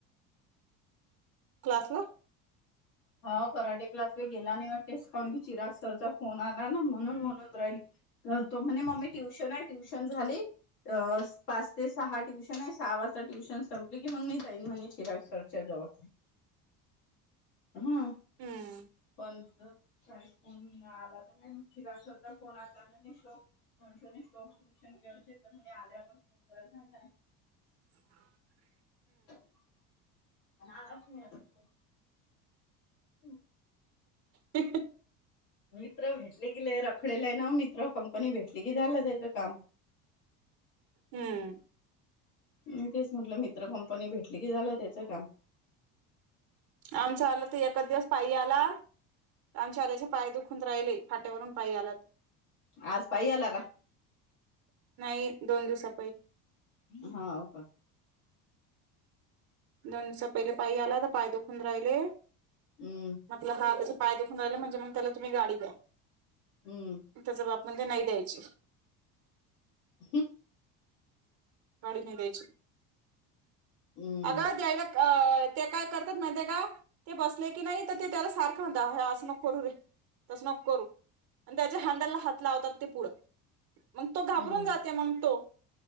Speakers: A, on the right; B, on the left.
A: क्लास ला
B: हा कराटे क्लास वे गेला नाही वा टेस्ट कान की चिराग सरचा फोन आला ना म्हणून म्हणून राहिली तो म्हणे मम्मी ट्युशन आहे ट्युशन झाली पाच ते सहा ट्युशन आहे वा ट्युशन संपली की मग मी जाईन म्हणे चिराक्षरच्या जवळ हा
A: हम्म
B: आला तर फोन आलो शोक श्षन घे तर आदरा पोन क सांग
A: ह
B: आणि आच नाही त हम्
A: ते
B: मित्र भेटले कि रखडेला आहे ना मित्र कंपनी भेटली कि झालं त्याच काम
A: हम्म
B: म तेच म्हंटलं मित्र कंपनी भेटली की झालं त्याच का
A: आमच्या आला तर एच दिवस पायी आला आमच्या आल्याचे पाय दुखून राहिले फाट्यावरून पायी आला त
B: आज पायी आला का?
A: नाही दोन दिवसात
B: हा का
A: दोनस पहिले पाय आला तर पाय दुखून राहिले
B: हम्म
A: मटलं हात पाय दुखून रा म्हणजे मग त्याला तुम्ही गाडी द्या
B: हम्म
A: त्याच बा म्हणजे नाही द्यायची
B: हम
A: काढ नाही जाच
B: हम्म
A: अग जयर अ ते काय करतात माहिे का ते बसले की नाही तर ते त्याला सारखं होत असं मग करूे तस नक करू आणि त्याच्या हँडलला हात लावतात ते पुढं मग तो घाबरून
B: हम्म
A: जाते मग तो